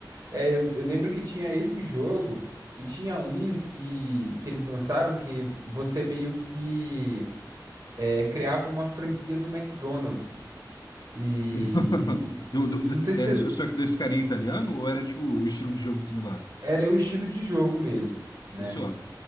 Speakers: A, on the right; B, on the left.
A: É, eu, eu lembro que tinha esse jogo e tinha um que, que eles lançaram que você meio que é, criava uma franquia do McDonald's. E
B: <laughs> Do, do-
A: se-
B: do-
A: não sei se
B: é, só só que desse carinha italiano ou era tipo o estilo de jogo similar?
A: era o estilo de jogo mesmo. né?
B: Só.